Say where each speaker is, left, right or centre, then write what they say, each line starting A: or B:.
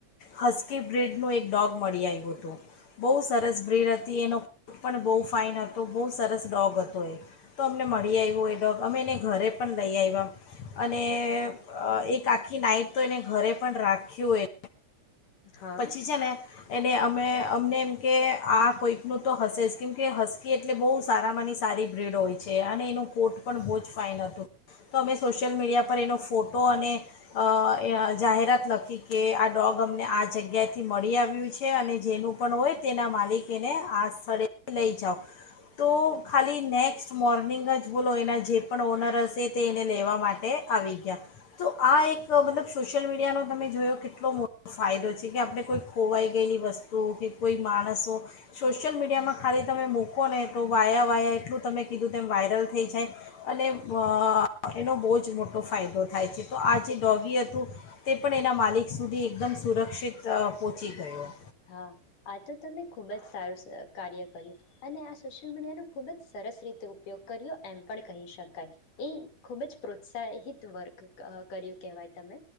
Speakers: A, on the left (about 55°); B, on the left (about 75°).
A: હસકી બ્રીડનું એક ડોગ મળી આવ્યું હતું બહુ સરસ બ્રીડ હતી એનો પણ બહુ ફાઇન હતો બહુ સરસ ડોગ હતો એ તો અમને મળી આવ્યો એ ડોગ અમે એને ઘરે પણ લઈ આવ્યા અને અ એક આખી નાઈટ તો એને ઘરે પણ રાખ્યું એ
B: હા
A: પછી છે ને એને અમે અમને એમ કે આ કોઈક નું તો હશે જ કેમ કે હસકી એટલે બહુ સારામાંની સારી બ્રીડ હોય છે. અને એનું કોટ પણ બહુ જ ફાઇન હતું. તો અમે સોશિયલ મીડિયા પર એનો ફોટો અને અ જાહેરાત લખી કે આ ડોગ અમને આજ આ જગ્યાએથી મળી આવ્યું છે અને જેનું પણ હોય તેના માલિક એને આ સ્થળેથી લઈ જાઓ. તો ખાલી નેક્સ્ટ મોર્નિંગ જ બોલો એના જે પણ ઓનર હશે તે એને લેવા માટે આવી ગયા તો આ એક મતલબ સોશિયલ મીડિયાનો તમે જોયો કેટલો મોટો ફાયદો છે. જે કે આપણે કોઈ ખોવાઈ ગયેલી વસ્તુ કે કોઈ માણસો સોશિયલ મીડિયામાં ખાલી તમે મૂકો ને તો વાયા વાયા એટલું તમે કીધું તેમ વાયરલ થઈ જાય અને અ એનો બહુ જ મોટો ફાયદો થાય છે. તો આ જે ડોગી હતું તે પણ એના માલિક સુધી એકદમ સુરક્ષિત તો પોચી ગયો.
B: હા આ તો તમે ખૂબ જ સારું કાર્ય કર્યું અને આ સોશિયલ મીડિયાનો ખૂબ જ સરસ રીતે ઉપયોગ કર્યો એમ પણ કહી શકાય. એ ખૂબ જ પ્રોત્સાહિત વર્ક કર્યું કહેવાય તમે